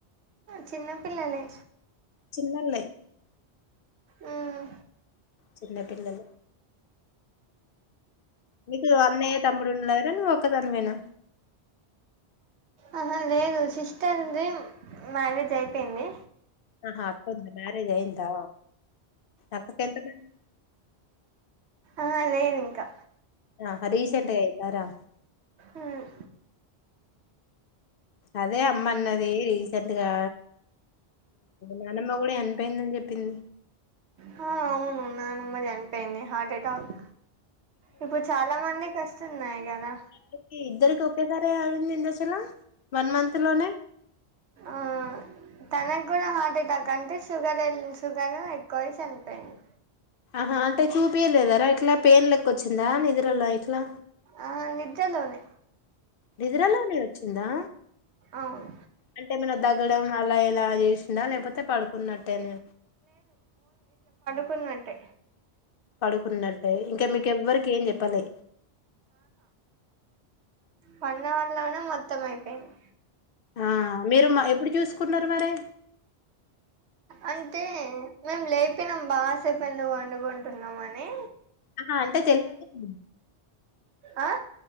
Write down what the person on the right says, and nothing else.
చిన్న పిల్లాలే
మ్మ్
ఆహా లేదు సిస్టర్ది మ్యారేజ్ అయిపోయింది.
ఆ లేదు ఇంకా
మ్మ్
హా అవును నానమ్మ జనిపోయింది హార్ట్ అటాక్ ఇప్పుడు చాలా మందికి వస్తున్నాయి కదా
ఆ తనకు కూడా హార్ట్ అటాక్ అంటే షుగర్ షుగర్ ఎక్కువ చనిపోయింది
ఆ నిద్రలోనే
అవును
కున్నట్టే
వన్ అవర్ లోనే మొత్తం అయిపోయింది
అంటే మేము లేపినాం బాసేపన్లు వండుకుంటున్నామని
ఆ